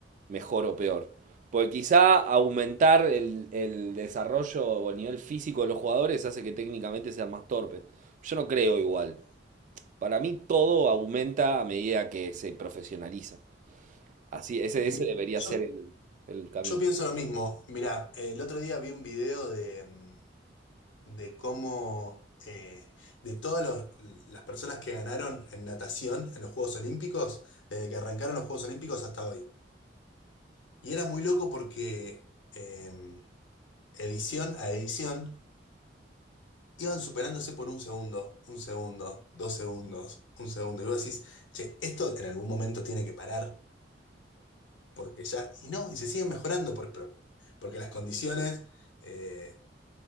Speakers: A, on the right (about 45°); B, on the left (about 80°).
A: mejor o peor. Porque quizá aumentar el, el desarrollo o el nivel físico de los jugadores hace que técnicamente sean más torpes. Yo no creo igual. Para mí todo aumenta a medida que se profesionaliza. Así, ese,
B: Mm,
A: ese debería
B: Yo,
A: ser el, el camino.
B: yo pienso lo mismo. Mirá, el otro día vi un video de, mm, de cómo, eh, de todas los- las personas que ganaron en natación en los Juegos Olímpicos, desde que arrancaron los Juegos Olímpicos hasta hoy. Y era muy loco porque em, edición a edición Iban superándose por un segundo, un segundo, dos segundos, un segundo. Y vos decís, che, esto en algún momento tiene que parar, porque ya. Y no, y se siguen mejorando, por, por- porque las condiciones eh,